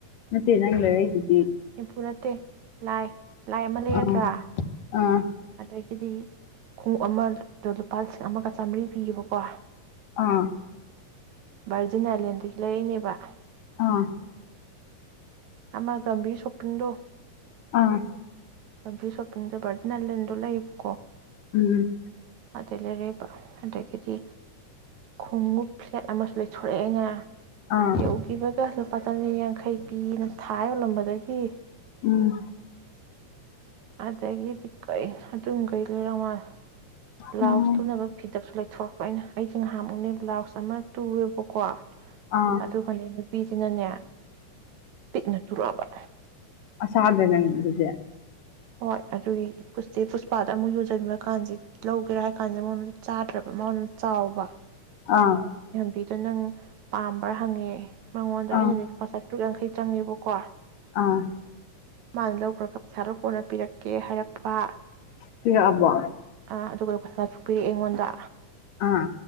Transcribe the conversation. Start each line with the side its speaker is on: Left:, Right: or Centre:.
Left: ꯅꯠꯇꯦ ꯅꯪ ꯂꯩꯔꯛꯏꯗꯣ
Right: ꯁꯦꯝꯐꯨ ꯅꯠꯇꯦ ꯂꯥꯏ ꯂꯥꯏ ꯑꯃ ꯂꯩꯔꯗ꯭ꯔ
Left: ꯑꯥ ꯑꯥ
Right: ꯑꯗꯒꯤꯗꯤ ꯈꯣꯡꯎꯞ ꯑꯃꯗꯣ ꯂꯨꯄꯥ ꯂꯤꯁꯤꯡ ꯑꯃꯒ ꯆꯥꯃꯔꯤ ꯄꯤꯌꯦꯕꯀꯣ
Left: ꯑꯥ
Right: ꯚꯥꯔꯖꯤꯟ ꯑꯥꯏꯂꯦꯟꯗꯒꯤ ꯂꯩꯔꯛꯏꯅꯦꯕ
Left: ꯑꯥ
Right: ꯑꯃ ꯒꯝꯚꯤꯔ ꯁꯣꯐꯄꯤꯡꯗꯣ
Left: ꯑꯥ
Right: ꯒꯝꯚꯤꯔ ꯁꯣꯐꯄꯤꯡꯗꯣ ꯚꯔꯖꯤꯟ ꯑꯥꯢꯂꯦꯜ ꯗꯣ ꯂꯩꯕ
Left: ꯎꯝ
Right: ꯑꯗꯩꯩ ꯂꯩꯔꯛꯏꯕ ꯑꯗꯒꯤꯗꯤ ꯈꯣꯡꯎꯞ ꯐ꯭ꯂꯦꯠ ꯑꯃꯁꯨ ꯂꯩꯊꯣꯔꯛꯑꯦ ꯑꯩꯅ
Left: ꯑꯥ
Right: ꯌꯧꯈꯤꯕꯒ ꯂꯨꯄꯥ ꯆꯅꯤꯌꯥꯡꯈꯩ ꯄꯤꯅ ꯊꯥ ꯌꯣꯜꯂꯝꯕꯗꯒꯤ
Left: ꯎꯝ
Right: ꯑꯗꯒꯤꯗꯤ ꯀꯩ ꯑꯗꯨꯒꯩ ꯂꯩꯔꯛ ꯃꯥꯜꯂꯦ ꯕ꯭ꯂꯥꯎꯁ
Left: ꯎꯝ
Right: ꯇꯨꯅꯕ ꯐꯤꯗꯛꯁꯨ ꯂꯩꯊꯣꯔꯛꯑ ꯑꯩꯅ ꯑꯩꯁꯦ ꯉꯍꯥꯛꯃꯨꯛꯅꯦ ꯕ꯭ꯂꯥꯎꯁ ꯑꯃ ꯇꯨꯨꯔꯦꯕꯀꯣ ꯑ
Left: ꯑꯥ
Right: ꯑꯗꯨꯒꯅꯦ ꯅꯨꯄꯤ ꯅꯨꯄꯤꯁꯤꯅꯅꯦ ꯄꯤꯛꯅ ꯇꯨꯔꯛꯑꯕ
Left: ꯆꯕꯔ ꯅꯪꯗꯤ ꯑꯗꯨꯗꯤ
Right: ꯍꯣꯏ ꯑꯗꯨꯒꯤ ꯄꯨꯁꯇꯦ ꯄꯨꯁꯄꯥꯗ ꯑꯃꯨꯛ ꯌꯣꯟꯁꯤꯟꯕꯤꯕ ꯀꯥꯟꯁꯤꯦ ꯂꯧꯒꯦꯔꯥ ꯍꯥꯏ ꯀꯥꯟꯁꯤꯦ ꯃꯉꯣꯟꯗ ꯆꯥꯗ꯭ꯔꯕ ꯃꯥꯉꯣꯟꯗ ꯆꯥꯎꯕ
Left: ꯑꯥ
Right: ꯕꯤꯗꯣ ꯅꯪ ꯄꯥꯝꯕ꯭ꯔꯥ ꯍꯪꯉꯦ ꯃꯉꯣꯟꯗ ꯑꯩꯅꯗꯤ
Left: ꯑꯥ
Right: ꯂꯨꯄꯥ ꯆꯥ ꯇꯔꯨꯛ ꯌꯥꯡꯈꯩ ꯆꯪꯉꯦꯕꯀꯣ
Left: ꯑꯥ
Right: ꯃꯥꯅ ꯂꯧꯈ꯭ꯔꯒꯞ ꯁꯥꯔꯛ ꯀꯣꯟꯅ ꯄꯤꯔꯛꯀꯦ ꯍꯥꯏꯔꯛꯄ
Left: ꯄꯤꯔꯛꯑꯕꯣ
Right: ꯑꯥ ꯑꯗꯨꯒ ꯄꯩꯁꯥꯁꯨ ꯄꯤꯔꯛꯑꯦ ꯑꯩꯉꯣꯟꯗ
Left: ꯑꯥ